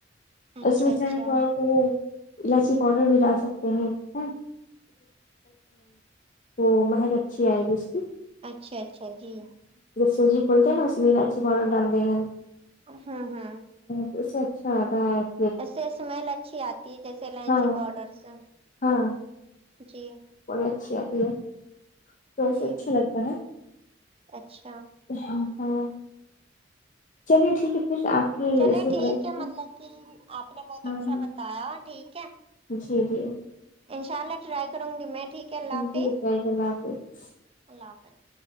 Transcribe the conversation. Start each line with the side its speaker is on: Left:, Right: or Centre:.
Right: اچھا
Left: اس میں چاہے
Right: اچھا
Left: تو آپ الائچی پاؤڈر بھی ڈال سکتے ہیں وہ مہک اچھی آئے گی اس کی
Right: اچھا اچھا جی
Left: جب سوجی کھولتے ہیں نا اس میں الائچی پاؤڈر ڈال دیں
Right: ہوں ہوں
Left: اچھا اب اپ
Right: اس سے اسمیل اچھی آتی ہے جیسے لائنچی
Left: ہاں
Right: پاؤڈرس سے
Left: ہاں
Right: جی
Left: اچھی آتی ہے تو اسے
Right: جی
Left: اچھا لگتا ہے
Right: اچھا
Left: ہاں ہاں چلیے ٹھیک ہے فیر آپ کی
Right: چلے
Left: ریسیپی
Right: ٹھیک
Left: بتائی
Right: ہے مطلب کی آپ نے بہت
Left: ہاں
Right: اچھا بتایا ٹھیک ہے
Left: جی جی
Right: انشاء اللہ ٹرائی کروں گی میں ٹھیک ہے اللہ حافظ
Left: جی اللہ حافظ
Right: اللہ حافظ